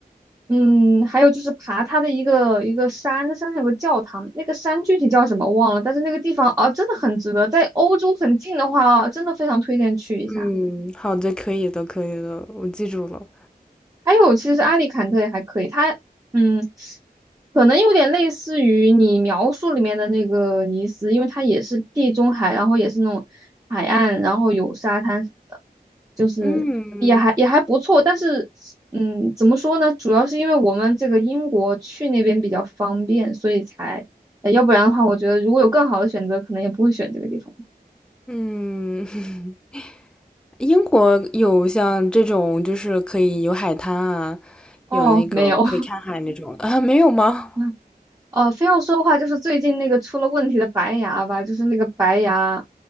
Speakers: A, on the right; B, in the centre.
A: 嗯，还有就是爬它的一个一个山，那山上有个教堂，那个山具体叫什么忘了，但是那个地方啊，真的很值得，在欧洲很近的话啊，真的非常推荐去一下。
B: 嗯，好的，可以的，可以的，我记住了。
A: 还有，其实阿里坎特也还可以，它，嗯，可能有点类似于你描述里面的那个尼斯，因为它也是地中海，然后也是那种海岸，然后有沙滩。什么的。就是也还也还不错，
B: 嗯
A: 但是嗯，怎么说呢？主要是因为我们这个英国去那边比较方便，所以才，呃要不然的话，我觉得如果有更好的选择，可能也不会选这个地方。
B: 嗯，<laughs> 英国有像这种就是可以有海滩啊，
A: 哦，
B: 有那个可以看海那种啊，
A: 没有，
B: <laughs> 没有吗？
A: <laughs> 哦，非要说的话，就是最近那个出了问题的白牙吧，就是那个白牙，